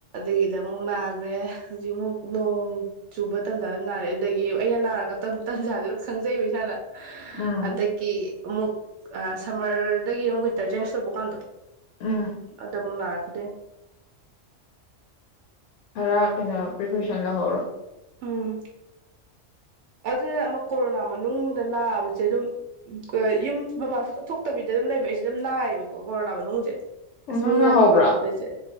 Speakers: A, on the right; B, on the left.
A: ꯑꯗꯒꯤꯗ ꯑꯃꯨꯛ ꯅꯥꯈ꯭ꯔꯦ ꯍꯧꯖꯤꯛꯃꯨꯛ ꯅꯣꯡ ꯆꯨꯕ ꯇꯟꯖꯥ ꯑꯗꯨꯝ ꯅꯥꯔꯦ ꯑꯗꯨꯗꯒꯤ ꯑꯩꯅ ꯅꯥꯔꯒ ꯇꯟꯖꯥꯥꯁꯦ ꯑꯗꯨꯝ ꯈꯪꯖꯩꯕ ꯏꯁꯥꯅ
B: ꯎꯝ
A: ꯍꯟꯗꯛꯀꯤ ꯑꯃꯨꯛ ꯁꯝꯃꯔꯗꯒꯤ ꯑꯃꯨꯛ ꯋꯤꯟꯇꯔ ꯆꯦꯟꯁ ꯇꯧꯕ ꯀꯥꯟꯗꯣ
B: ꯎꯝ
A: ꯑꯗ ꯃꯨꯛꯅꯥ ꯗ
B: ꯈꯔ ꯀꯩꯅꯣ ꯄ꯭ꯔꯤꯀꯣꯁꯟ ꯂꯧꯍꯧꯔꯣ
A: ꯎꯝ ꯑꯗꯨꯗ ꯑꯃꯨꯛ ꯀꯣꯔꯣꯅꯥ ꯃꯅꯨꯡꯗ ꯅꯥꯕꯁꯦ ꯑꯗꯨꯝ ꯌꯨꯝ ꯃꯄꯥꯟ ꯁꯨꯊꯣꯛ ꯊꯣꯛꯇꯕꯤꯗ ꯑꯗꯨꯝ ꯂꯩꯕ ꯑꯩꯁꯦ ꯑꯗꯨꯝ ꯅꯥꯏꯌꯦꯕꯀꯣ ꯀꯣꯔꯣꯅꯥ ꯃꯅꯨꯡꯁꯦ
B: ꯑꯣ
A: ꯑꯁ
B: ꯅꯪ
A: ꯃꯤꯅꯒ
B: ꯅꯥꯍꯧꯕ꯭ꯔꯥ
A: ꯃꯥꯂꯝ ꯗꯣꯏꯁꯦ